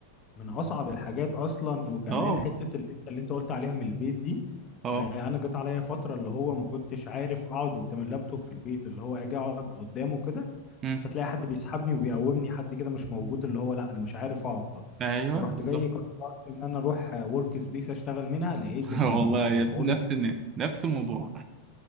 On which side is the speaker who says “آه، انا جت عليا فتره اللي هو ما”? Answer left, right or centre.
Left